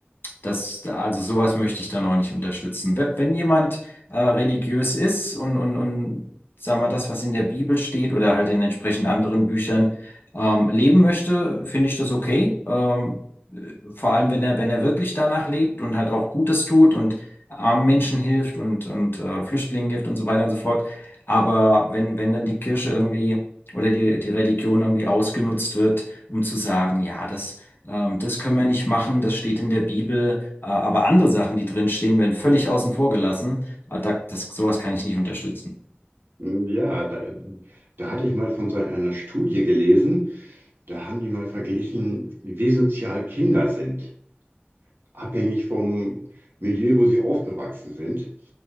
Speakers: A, on the left; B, on the right.
A: das, also sowas möchte ich dann auch nicht unterstützen. Wenn wenn jemand äh, religiös ist und, und, und sagen wir das, was in der Bibel steht oder halt in entsprechend anderen Büchern ähm, leben möchte, finde ich das okay. Ähm, äh, vor allem, wenn er, wenn er wirklich danach lebt und halt auch Gutes tut und armen Menschen hilft und, und äh, Flüchtlingen hilft und so weiter und so fort. Aber wenn, wenn dann die Kirche irgendwie oder die, die Religion irgendwie ausgenutzt wird, um zu sagen, ja, das ähm, das können wir nicht machen, das steht in der Bibel. Äh, aber andere Sachen, die drin stehen, werden völlig außen vor gelassen. Äh, da, das, sowas kann ich nicht unterstützen.
B: Hm, Ja, da, da hatte ich mal von so einer Studie gelesen, da haben die mal verglichen, wie sozial Kinder sind. abhängig vom Milieu, wo sie aufgewachsen sind.